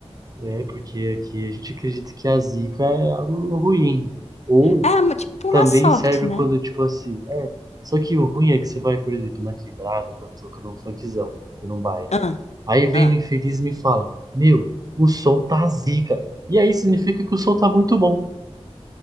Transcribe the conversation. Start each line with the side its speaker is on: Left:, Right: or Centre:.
Right: É, porque aqui a gente acredita que a zica é algo ruim. Ou
Left: É, uma- tipo,
Right: também
Left: uma sorte,
Right: serve
Left: né?
Right: quando, tipo assim, é. Só que o ruim é que você vai, por exemplo, na quebrada, tá tocando um funkzão, tá tocando um baile.
Left: Ah,
Right: Aí vem
Left: ah.
Right: o infeliz e me fala, meu, o som tá zica. E aí significa que o som tá muito bom.